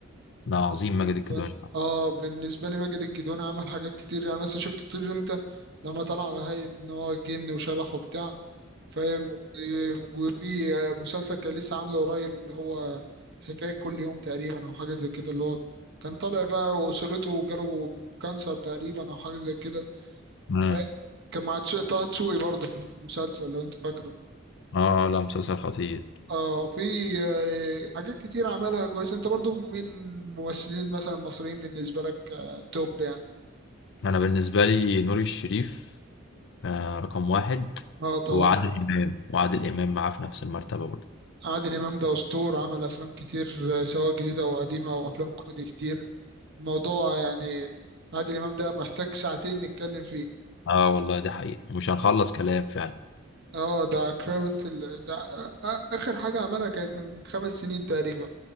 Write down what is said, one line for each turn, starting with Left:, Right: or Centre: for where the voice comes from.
Left: ده عظيم
Right: ماجد
Left: ماجد
Right: إيه
Left: الكدواني
Right: الكدواني
Left: طبعا
Right: اه بالنسبه لي ماجد إيه الكدواني عمل حاجات كتير يعني مثلا شفت طير انت لما طلع على هيئه ان هو جن وشبح وبتاع فاهم إيه، وفي مسلسل كان لسه عامله قريب اللي هو حكايه كل يوم تقريبا او حاجه زي كده اللي هو كان طالع بقى واسرته جاله كانسر تقريبا او حاجه زي كده
Left: امم
Right: فاهم كان مع تسو- طه دسوقي برضه في المسلسل لو انت فاكره
Left: اه لا مسلسل خطير
Right: اه وفي آه، حاجات كتير عملها كويسة انت برضه من ممثلين مثلا مصريين بالنسبة لك آه، توب يعني
Left: انا بالنسبه لي نور الشريف آه رقم واحد
Right: اه طبعا
Left: وعادل مم. امام وعادل امام معاه في نفس المرتبه برضه
Right: عادل امام ده اسطور عمل افلام كتير آه، سواء جديده او قديمه او افلام كوميدي كتير الموضوع يعني عادل امام ده محتاج ساعتين نتكلم فيه
Left: اه والله دي حقيقه ومش هنخلص كلام فعلا
Right: اه ده كفايه بس ال... ده آه، اخر حاجه عملها كانت من خمس سنين تقريبا